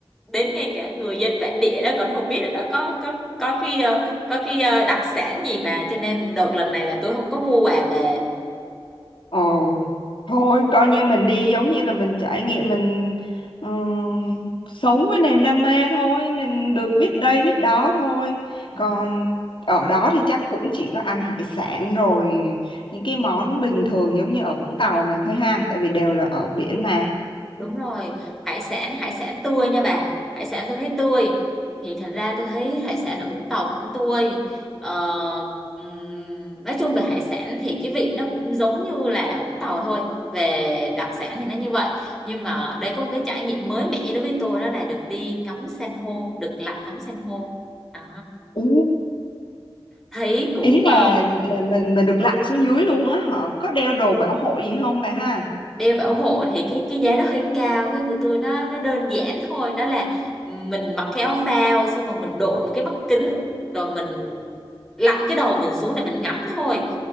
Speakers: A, in the centre; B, on the left.
A: đến ngay cả người dân bản địa đó còn không biết là đó có có có cái ờ, có cái ờ, đặc sản gì mà cho nên đợt lần này là tôi không có mua quà về
B: Ồ, thôi coi như mình đi giống như là mình trải nghiệm mình ừm, sống với niềm đam mê thôi, mình được biết đây biết đó thôi.
A: Ừ.
B: Còn ở đó thì chắc cũng chỉ có ăn hải sản rồi những cái món bình thường giống như ở Vũng Tàu mình thôi ha, tại vì đều là ở biển mà.
A: đúng rồi hải sản hải sản tươi nha bà hải sản tôi thấy tươi thì thật ra tôi thấy hải sản ở Vũng Tàu cũng tươi ờ, ừm, nói chung về hải sản thì cái vị nó cũng giống như là ở Vũng Tàu thôi về đặc sản thì nó như vậy nhưng mà đây có một cái trải nghiệm mới mẻ đối với tôi đó là được đi ngắm san hô được lặn ngắm san hô đó
B: Ừ.
A: thấy cũng
B: Ý
A: ờ,
B: là là mình mình được lặn xuống dưới luôn á, họ có đeo đồ bảo hộ gì không bà ha?
A: đeo bảo hộ thì cái cái giá nó hơi cao cái của tôi nó nó đơn giản thôi đó là ừ, mình mặc cái áo phao xong rồi mình đội một cái mắt kính rồi mình lặn cái đầu mình xuống để mình ngắm thôi